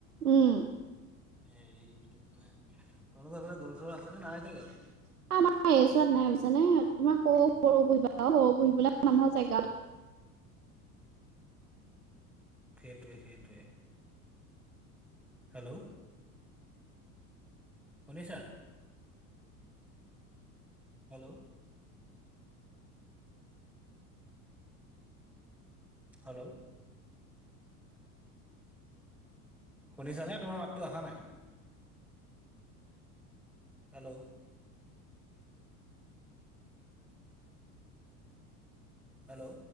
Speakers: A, on the right; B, in the centre.
A: উম।
B: হেৰিটো কয়? তোমালোকৰ সেইফালে গৰু চৰু
A: আমাৰ
B: আছেনে নাই চাগে?
A: আহ এইছোৱাত নাই পিছ নে তোমাৰ ক সৰু পুহিবা সৰু পুহিবলৈ মানুহৰ <unintelligible>
B: সেইটোৱে। সেইটোৱে। হেল্ল'। শুনিছা। হেল্ল'। হেল্ল' শুনিছানে তোমাৰ মাততো অহা নাই। হেল্ল'। হেল্ল'।